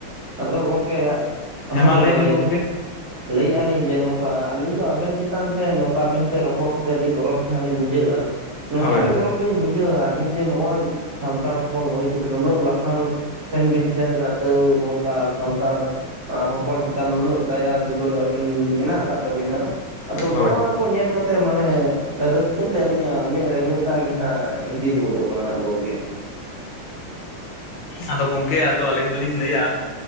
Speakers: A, on the right (about 55°); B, on the left (about 80°).
A: ᱟᱫᱚ ᱜᱚᱝᱠᱮ,
B: ᱦᱮᱸ
A: ᱦᱳᱭ ᱢᱟ
B: ᱵᱤᱱ
A: ᱞᱟᱹᱭ
B: ᱜᱚᱝᱠᱮ
A: ᱢᱮ᱾ ᱞᱟᱹᱭᱮᱫᱼᱟ ᱞᱤᱧ ᱡᱮ ᱱᱚᱝᱠᱟ ᱟᱹᱞᱤᱧ ᱫᱚ ᱟᱵᱮᱱ ᱪᱮᱛᱟᱱ ᱥᱮ ᱱᱚᱝᱠᱟ ᱟᱵᱮᱱ ᱥᱮᱜ ᱨᱚᱯᱚᱲ ᱠᱚ ᱟᱹᱰᱤ ᱜᱚᱨᱚᱵᱽ ᱦᱟᱸᱜ ᱞᱤᱧ ᱵᱩᱡᱷᱣᱼᱟ ᱱᱚᱝᱠᱟ
B: ᱦᱳᱭ
A: ᱨᱮ
B: ᱦᱳᱭ
A: ᱜᱚᱨᱚᱵᱽ ᱞᱤᱧ ᱵᱩᱡᱷᱟᱹᱣᱟ ᱟᱹᱵᱤᱱ ᱡᱮ ᱱᱚᱜᱼᱚᱭ ᱥᱟᱱᱛᱟᱲ ᱦᱚᱯᱚᱱ ᱦᱩᱭ ᱠᱟᱛᱮᱫ ᱱᱩᱱᱟᱹᱜ ᱞᱟᱯᱷᱟᱝ ᱥᱮᱱ ᱵᱤᱱ ᱥᱮᱱ ᱟᱠᱱᱟ ᱛᱟᱹᱣ ᱱᱚ ᱠᱟ ᱥᱟᱱᱛᱟᱲ ᱦᱚᱯᱚᱱ ᱪᱮᱛᱟᱱ ᱱᱩᱱᱟᱹᱜ ᱫᱟᱭᱟ ᱫᱩᱞᱟᱹᱲ ᱟᱵᱤᱱ ᱢᱮᱱᱟᱜ ᱠᱟᱜ ᱛᱟᱵᱤᱱᱟ ᱟᱫᱚ
B: ᱦᱳᱭ
A: ᱱᱚᱜᱼᱚ ᱱᱟ ᱠᱚ ᱧᱮᱞ ᱠᱟᱛᱮ ᱢᱟᱱᱮ ᱨᱟᱹᱥᱠᱟᱹ ᱛᱮ ᱟᱹᱞᱤᱧᱟᱜ ᱢᱮᱫ ᱨᱮ ᱢᱮᱫ ᱫᱟᱜ ᱜᱮ ᱦᱟᱸᱜ ᱦᱤᱰᱤᱨ ᱜᱚᱫᱚᱜ ᱠᱟᱱᱟ ᱦᱟᱸᱜ ᱜᱚᱝᱠᱮ᱾
B: ᱟᱫᱚ ᱜᱚᱝᱠᱮ ᱟᱫᱚ ᱟᱞᱤᱧ ᱫᱚᱞᱤᱧ ᱞᱟᱹᱭᱟ